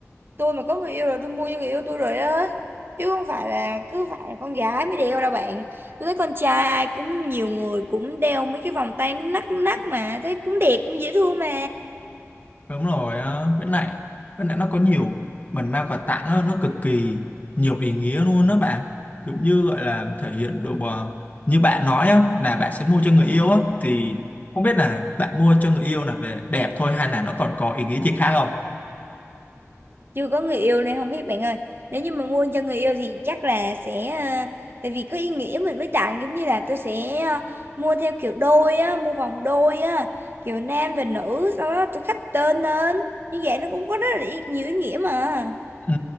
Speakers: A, on the right; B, on the left.
A: tôi mà có người yêu rồi tôi mua cho người yêu tôi rồi á chứ không phải là cứ phải là con gái mới đeo đâu bạn tôi thấy con trai ai cũng nhiều người cũng đeo mấy cái vòng tay nút nắt nút nắt mà thấy cũng đẹp cũng dễ thương mà
B: Đúng rồi á, với lại với lại nó có nhiều mình mang quà tặng á, nó cực kỳ nhiều ý nghĩa luôn đó bạn giống như gọi là thể hiện độ bờ như bạn nói á, là bạn sẽ mua cho người yêu á thì không biết là bạn mua cho người yêu là về đẹp thôi hay là nó còn có ý nghĩa gì khác không
A: chưa có người yêu nên không biết bạn ơi nếu như mà mua cho người yêu thì chắc là sẽ ờ, tại vì có ý nghĩa mình mới tặng giống như là tôi sẽ ờ, mua theo kiểu đôi á mua vòng đôi á kiểu nam và nữ sau đó tôi khắc tên lên như vậy nó cũng có rất là ý- nhiều ý nghĩa mà
B: ừ